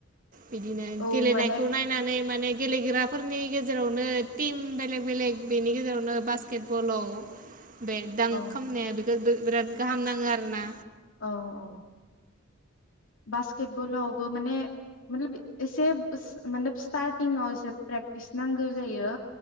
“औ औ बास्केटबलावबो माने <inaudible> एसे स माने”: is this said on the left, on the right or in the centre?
Left